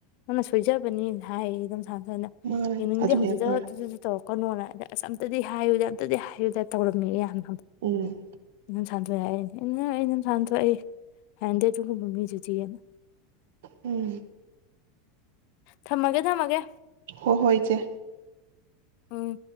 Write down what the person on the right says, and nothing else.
ꯃꯥꯅꯦ
ꯑꯗꯨꯅꯦ
ꯐꯔꯦ
ꯎꯝ
ꯎꯝ
ꯍꯣꯏ ꯍꯣꯏ ꯏꯆꯦ